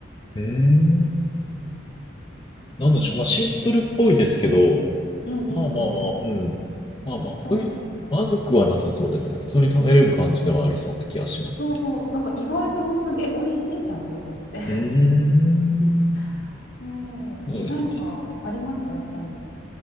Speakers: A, on the left; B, on the left.
A: えー、なんでしょう。
B: そう
A: まあシンプルっぽいですけど、
B: うんうんうん
A: まあまあまあ、うん。まあまあ、
B: そうなんです。
A: おい、まずくはなさそうですね。普通に食べれる感じではありそうな気がしますね。
B: そうそうそう、なんか意外と本当に、え、美味しいじゃんと思って。
A: うーん。
B: <laughs> そう、
A: そうですか。
B: え、なんかありますか、よしさんの